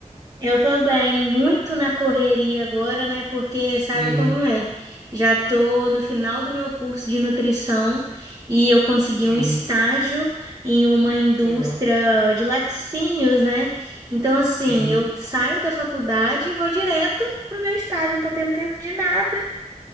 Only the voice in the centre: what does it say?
Uhum,
uhum,
legal.
Uhum.